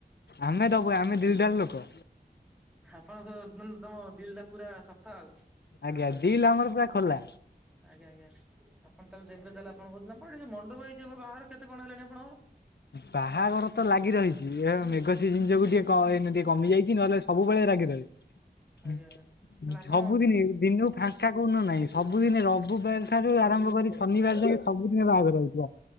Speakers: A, on the left; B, in the centre.
A: ଆମେ ଦବୁ ଆମେ ଦିଲଦାର୍ ଲୋକ।
B: ହଁ ସେ ମାନେ ତୋମ ଦିଲ୍ ଟା ପୁରା ସଫା ଆଉ।
A: ଆଜ୍ଞା ଦିଲ୍ ଆମର ପୁରା ଖୋଲା।
B: ଆଜ୍ଞା ଆଜ୍ଞା ଆପଣ ତାହେଲେ ଦେବେ ତାହେଲେ ଆପଣ କହୁଛନ୍ତି, ଆପଣ ଟିକେ ମଣ୍ଡପ ହେଇଛି ଏବେ ବାହାଘର କେତେ କଣ ହେଲାଣି ଆପଣଙ୍କର?
A: ବାହାଘର ତ ଲାଗି ରହିଚି, ଏହା ମେଘ ସିଜିନ୍ ଯୋଗୁଁ ଟିକେ ଟିକେ କ- ଏମିତି କମି ଯାଇଚି ନହେଲେ ସବୁବେଳେ ଲାଗି ରହେ।
B: ଆଜ୍ଞା
A: <inaudible>
B: ଆଜ୍ଞା ତାହେଲେ ଆପଣ
A: ସବୁଦିନି ଦିନକୁ ଫାଷ୍ ଟା କୋଉନ ନାହିଁ, ସବୁଦିନେ ରବିବାର ଠାରୁ ଆରମ୍ଭ କରି ଶନିବାର ଯାଏ ସବୁଦିନ ବାହାଘର ହଉଥିବ।